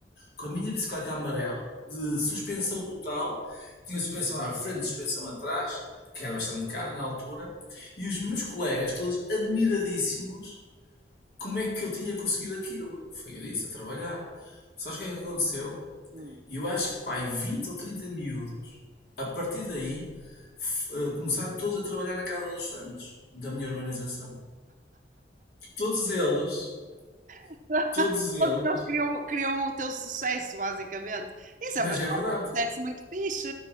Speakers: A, on the left; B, on the right.
A: com a minha bicicleta amarela, de suspensão total, tinha suspensão à frente, suspensão atrás, que era bastante cara na altura, e os meus colegas todos admiradíssimos como é que eu tinha conseguido aquilo. Foi eu disse, a trabalhar. Sabes o que é que aconteceu?
B: Hum.
A: E Eu acho que, pai, 20 ou 30 miúdos, a partir daí, f- eh, começaram todos a trabalhar na Casa dos Santos, da minha urbanização. Todos eles,
B: <laughs>
A: todos eles,
B: Todos eles queriam, queriam o teu sucesso, basicamente. Isso
A: mas
B: é uma
A: é verdade.
B: sucesso muito fixe